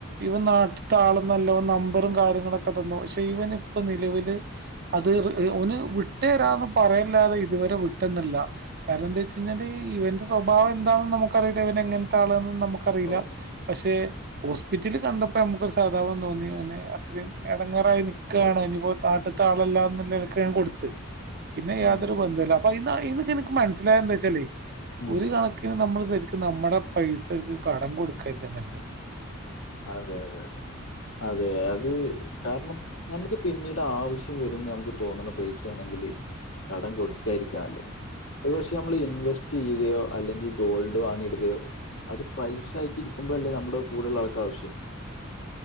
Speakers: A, on the right; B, on the left.
A: ഇവൻ നാട്ടത്താളൊന്നെല്ല ഓൻ നമ്പറും കാര്യങ്ങളൊക്കെ തന്നു പക്ഷെ ഇവൻ ഇപ്പൊ നിലവില് അത് ഓന് വിട്ടെരാന്ന് പറയല്ലാതെ ഇതുവരെ വിട്ടെന്ന്ല്ലാ കാര്ണം എന്താ വെച്ച് കയ്ഞ്ഞാല് ഇവന്റെ സ്വഭാവം എന്താണ്ന്ന് നമുക്കറീലാ ഇവനെങ്ങെൻ ത്താളാന്നൊന്നും നമുക്കറീലാ
B: ഓ
A: പക്ഷെ ഹോസ്പിറ്റൽല് കണ്ടപ്പോ നമുക്കാെര് സഹതാപം തോന്നി ഓന് അത്രയും എടങ്ങേറായ് നിക്കാണ്
B: ഓ
A: ഇനിപ്പോ താട്ട് താളല്ലാന്ന്ല്ലെൽക്ക് ഞാൻ കൊട്ത്ത് പിന്നെ യാതൊരു
B: ഉം
A: ബന്ധുല്ലാ അപ്പൊ അയ്ന്ന് അയന്നൊക്കെ ഇന്ക്ക് മനസ്സ്ലായെന്താച്ചാല്
B: ഉം
A: ഒര് കണക്ക്ന് നമ്മള് സെര്ക്ക് നമ്മടെ പൈസാര്ക്ക് കടം കൊട്ക്കെര്ത്‌ന്നല്ല
B: അതെ അതെ അതെ അതെ അത് കാര്ണം നമുക്ക് പിന്നീട് ആവശ്യം വരുംന്ന് നമുക്ക് തോന്ന്ണെ പൈസേണെങ്കില് കടം കൊട്ക്കായ്രിക്കാ നല്ലത് ഒര് പക്ഷെ അമ്മള് ഇൻവെസ്റ്റെയ്യുകയോ അല്ലെങ്കിൽ ഗോൾഡ് വാങ്ങിയിടുകയോ അത് പൈസായിട്ട് ഇരിക്കുമ്പളല്ലേ നമ്മ്ടെ കൂടെല്ലാൾക്കാവശ്യം